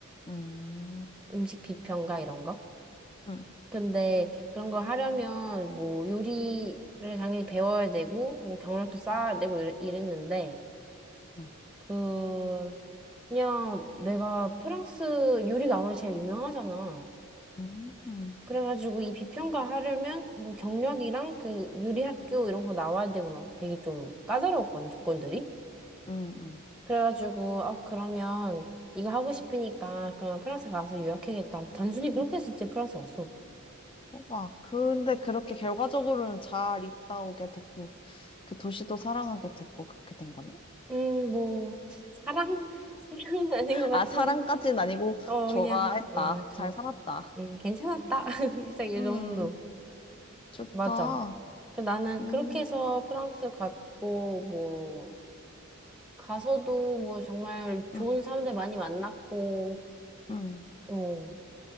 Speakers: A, on the left (about 25°); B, in the centre.
A: 응,
B: 음식 비평가 이런 거?
A: 응,
B: 근데 그런 걸 하려면 뭐 요리를 당연히 배워야 되고, 뭐 경력도 쌓아야 되고 이랬- 이랬는데,
A: 응,
B: 그, 그냥 내가 프랑스 요리가 아무래도 제일 유명하잖아.
A: 응, 응,
B: 그래가지고 이 비평가 하려면 뭐 경력이랑 그 요리 학교 이런 거 나와야 되고 막 되게 좀 까다로웠거든, 조건들이.
A: 응, 응.
B: 그래가지고, 아, 그러면 이거 하고 싶으니까 그냥 프랑스 가서 유학하겠다 하고 단순히 그렇게 해서 이제 프랑스 갔어.
A: 막 근데 그렇게 결과적으로는 잘 있다 오게 됐고 그 도시도 사랑하게 됐고 그렇게 된 거네.
B: 음, 뭐, 사랑, <laughs> 사랑은 아닌 것 같은,
A: 아, 사랑까진 아니고
B: 어,
A: 좋아했다.
B: 그냥, 어, 좋아.
A: 잘 살았다.
B: 음, 괜찮았다. <laughs> 진짜 이
A: 음,
B: 정도.
A: 좋다.
B: 맞아. 그 나는
A: 음,
B: 그렇게 해서 프랑스 갔고, 뭐, 가서도 뭐 정말 좋은
A: 음,
B: 사람들 많이 만났고,
A: 음,
B: 어,